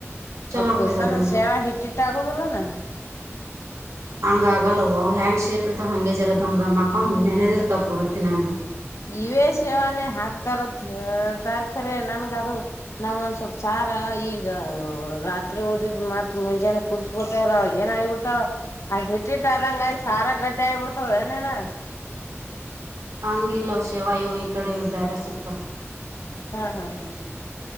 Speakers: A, on the right; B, on the left.
A: ಚಲೋ
B: ಅ
A: ಆಕೈತೆ
B: ಕುದ್ಸನ
A: ಅದನ್ನು
B: ಶೇವ ಹಿಟ್ಟಿಟ್ಟ ಆಗುದಲೆನ್ನಾ.
A: ಹಂಗ ಆಗಲ್ಲವ ಹೆಂಗ್ ಶೇಪ್ ಇರ್ತಾವ ಹಂಗಗೆ ಜರದಮದಮಕ್ಕ ನೆನದಿರ್ತಾವ ಪೂರತ್ತಿನಂಗ
B: ಇವೇ ಸೇವಾನೆ ಹಾಕ್ತಾರತ್ ಹೇಳ್ತಾರ್ಕ್ರ ನನ್ಗ ಅದು ನಾವ ಒಂದ್ ಸ್ವಲ್ಪ ಸ್ವಪ್ ಈಗ ರಾತ್ರಿ ಉಳದಿದ್ ಮತ್ತ್ ಮುಂಜಾನ ಕುದಸ್ಕೊತವಲ್ಲ ಅವಾಗ ಏನ ಆಗಬಿಡ್ತಾವ ಆ ಹಿಟ್ಟಿಟ್ಟ ಆದಂಗ ಆಗ ಸಾರ ಗಟ್ಟಿ ಆಗಬಿಡ್ತವೇ ನಿನ್ನ.
A: ಆಂಗಿಲ್ಲವ ಸೇವಾ ಇವ್ ಈ ಕಡೆ ಬ್ಯಾರ ಸಿಕ್ತವ್.
B: ಹಾ ಹಾ ಹಾ